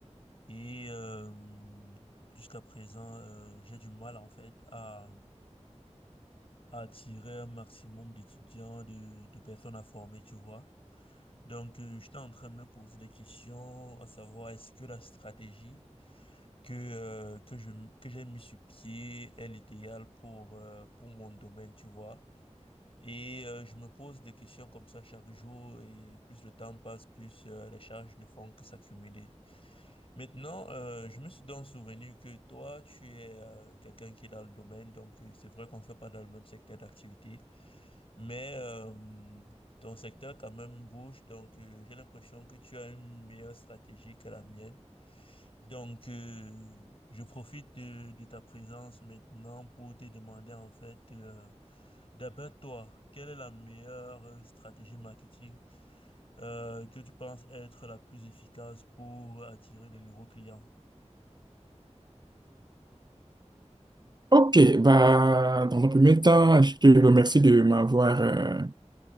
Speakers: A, on the left; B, on the right.
A: Et euh, jusqu'à présent, euh, j'ai du mal, en fait, à, à attirer un maximum d'étudiants, de, de personnes à former, tu vois. Donc, euh, j'étais en train de me poser des questions, à savoir, est-ce que la stratégie que, euh, que je, m- que j'ai mis sur pied est l'idéal pour, euh, pour mon domaine, tu vois. Et euh, je me pose des questions comme ça chaque jour et plus le temps passe, plus euh, les charges ne font que s'accumuler. Maintenant, euh, je me suis donc souvenu que toi, tu es euh, quelqu'un qui est dans le domaine, donc euh, c'est vrai qu'on fait pas dans le même secteur d'activité, mais euh, ton secteur quand même bouge, donc euh, j'ai l'impression que tu as une meilleure stratégie que la mienne. Donc, euh, je profite de, de ta présence maintenant pour te demander en fait, euh, d'après toi, quelle est la meilleure euh, stratégie marketing euh, que tu penses être la plus efficace pour attirer de nouveaux clients?
B: Ok, bah, dans un premier temps, je te remercie de m'avoir euh,